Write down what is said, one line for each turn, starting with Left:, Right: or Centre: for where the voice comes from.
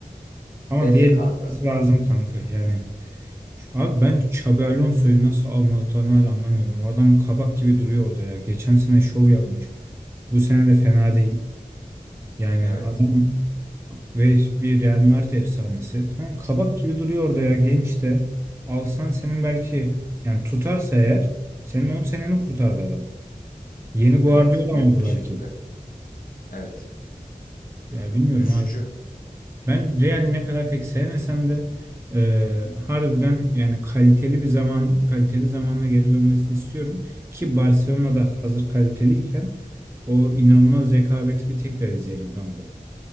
Right: Ama
Left: Belli
Right: bir yere
Left: kanka.
Right: gitmesi lazım kanka. Yani şu- abi ben Xabi Alonso'yu nasıl almadıklarını hala anlamıyorum. O adam kabak gibi duruyor orada ya. Geçen sene şov yapmış. Bu sene de fena değil. Yani
Left: Evet.
Right: adam ve bir Real Madrid efsanesi. Kanka kabak gibi duruyor orada ya. Genç de. Alsan senin belki
Left: Evet.
Right: yani tutarsa eğer senin 10 seneni kurtardı adam. Yeni Guardiola
Left: Evet. Net
Right: oldu
Left: bir şekilde.
Right: belki.
Left: Evet.
Right: Ya bilmiyorum
Left: Üzücü.
Right: abi. Ben Real'i ne kadar pek sevmesem de e, harbiden yani kaliteli bir zaman, kaliteli zamanla geri dönmesini istiyorum. Ki Barcelona'da hazır kaliteliyken o inanılmaz rekabeti bir tekrar izleyelim kanka.